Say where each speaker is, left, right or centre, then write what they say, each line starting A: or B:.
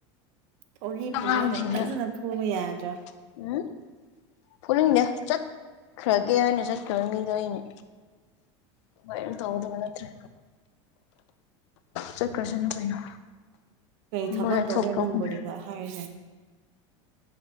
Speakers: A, on the right; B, on the left.
A: ꯊꯧꯔꯤ
B: ꯑꯉꯥꯡꯁꯤꯡꯁꯦ
A: ꯄꯨꯜꯂꯒ ꯐꯖꯅ ꯐꯨꯕ ꯌꯥꯗ꯭ꯔꯥ
B: <unintelligible> ꯈꯪꯗ‌ꯦ ꯆꯠꯈ꯭ꯔꯒꯦꯅ ꯆꯠꯈ꯭ꯔꯕ ꯃꯤꯗꯣ ꯑꯩꯅꯦ ꯅꯨꯡꯉꯥꯏꯔ ꯇꯧꯗꯧꯕ ꯅꯠꯇ꯭ꯔꯦ ꯆꯠꯈ꯭ꯔꯁꯅꯨ ꯀꯩꯅꯣ
A: ꯀꯩ ꯊꯕꯛ
B: ꯃꯣꯏꯅ
A: ꯇꯧꯕꯩꯅ‌ꯣ
B: ꯊꯣꯛ ꯊꯣꯛꯄꯅꯦ
A: ꯅꯪꯕ‌ꯣꯗꯤꯒꯥꯔꯗ ꯍꯥꯏꯔꯤꯁꯦ